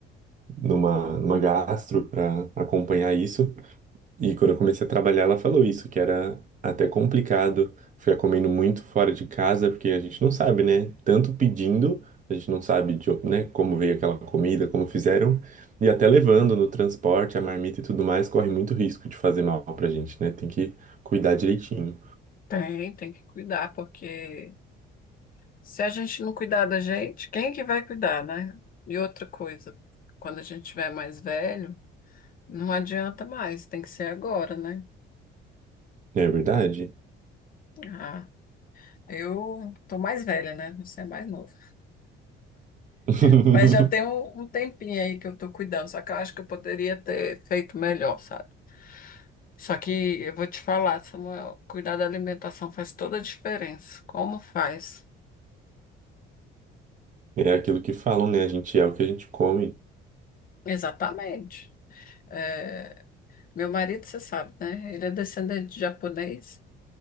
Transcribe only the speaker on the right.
numa, numa gastro pra acompanhar isso. E quando eu comecei a trabalhar, ela falou isso, que era até complicado ficar comendo muito fora de casa, porque a gente não sabe, né? Tanto pedindo, a gente não sabe de, né, como veio aquela comida, como fizeram, e até levando no transporte, a marmita e tudo mais, corre muito risco de fazer mal pra gente, né? Tem que cuidar direitinho.
Não é verdade?
<laughs>
É aquilo que falam, né? A gente é o que a gente come.